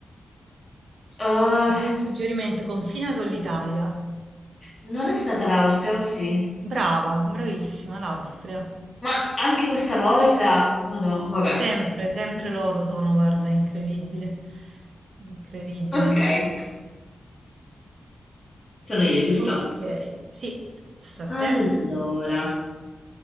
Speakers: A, on the left (about 30°); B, on the right (about 70°).
A: Eh,
B: ti do un suggerimento, confina con l'Italia.
A: non è stata l'Austria, o sì?
B: Brava, bravissima, l'Austria.
A: Ma anche questa volta? Ma no, vabbè.
B: Sempre, sempre loro sono, guarda, incredibile. Incredibile.
A: Ok. Sono io, giusto?
B: Ok, sì, sta a
A: Allora,
B: te.